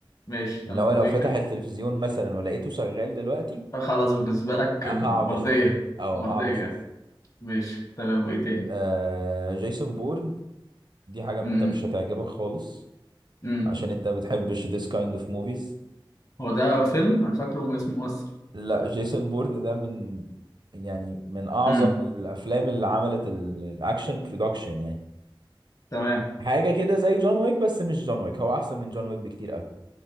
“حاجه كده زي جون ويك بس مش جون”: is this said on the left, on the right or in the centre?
Right